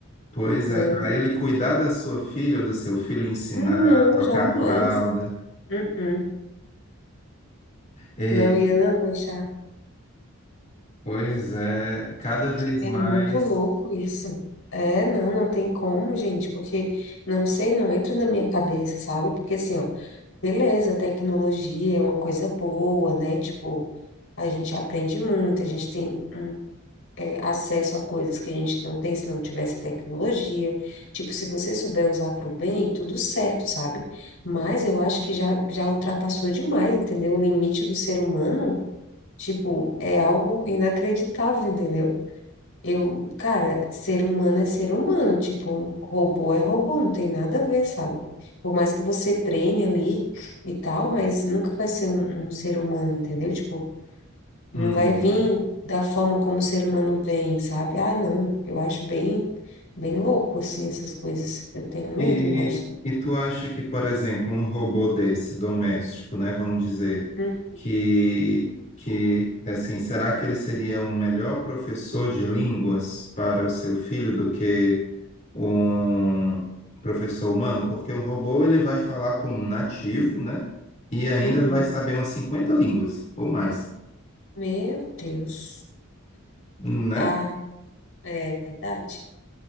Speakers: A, on the left; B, on the left.
A: Pois
B: Meu
A: é, para
B: Deus.
A: ele cuidar da sua filha ou do seu filho, ensinar,
B: Não,
A: trocar
B: jamais.
A: a fralda.
B: Uh-uh.
A: Ei,
B: Não ia não deixar.
A: pois é, cada vez
B: É
A: mais.
B: muito louco isso. É, não, não tem como, gente, porque não sei, não entra na minha cabeça, sabe? Porque assim, ó, beleza, tecnologia é uma coisa boa, né? Tipo, a gente aprende muito, a gente tem um é, acesso a coisas que a gente não tem se não tivesse tecnologia. Tipo, se você souber usar para o bem, tudo certo, sabe? Mas eu acho que já, já ultrapassou demais, entendeu? O limite do ser humano, tipo, é algo inacreditável, entendeu? Eu, cara, ser humano é ser humano, tipo, robô é robô, não tem nada a ver, sabe? Por mais que você treine ali e tal, mas nunca vai ser um, um ser humano, entendeu? Tipo, não
A: Uhum.
B: vai vir da forma como o ser humano vem, sabe? Ah, não, eu acho bem, bem louco, assim, essas coisas. Eu tenho medo,
A: E,
B: não gosto.
A: e tu acha que, por exemplo, um robô desse doméstico, né, vamos dizer,
B: Hum,
A: que, que assim, será que ele seria um melhor professor de línguas para o seu filho do que um professor humano? Porque um robô ele vai falar como um nativo, né? E ainda
B: uhum.
A: vai saber umas 50 línguas ou mais,
B: Meu Deus.
A: né?
B: Ah, é verdade.